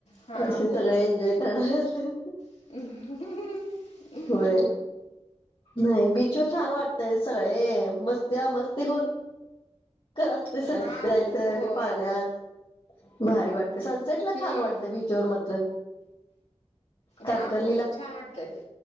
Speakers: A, on the left (about 85°); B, on the left (about 45°).
A: हा
B: असे
A: होय
B: सगळे एन्जॉय करणारे असले तर.
A: <inaudible>
B: होय, नाही बीचवर छान वाटतय सगळे ए मस्ता मस्ती खोर. तेव्हाच ते सगळं
A: हा
B: जायचं
A: होय
B: ते पाण्यात भारी वाटत. ते सनसेट ला
A: हम्म
B: छान वाटत बीचवर मात्र तारकर्लीला
A: हा होय छान वाटतय.